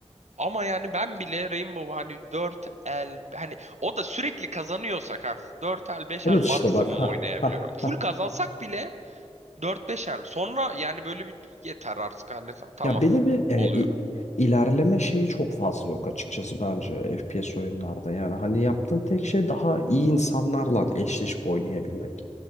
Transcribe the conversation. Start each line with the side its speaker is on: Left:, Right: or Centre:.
Right: Ama yani ben bile Rainbow hani 4 el hani o da sürekli kazanıyorsak ha 4 el 5
Left: Evet
Right: el maksimum
Left: işte bak ha
Right: oynayabiliyorum.
Left: ha
Right: Full
Left: ha
Right: kazansak bile 4-5'er. Sonra yani böyle bir yeter artık anne tamam
Left: ya bir de bir e,
Right: oluyorum.
Left: i- ilerleme şeyi çok fazla yok açıkçası bence FPS oyunlarda yani hani yaptığın tek şey daha iyi insanlarla eşleşip oynayabilmek.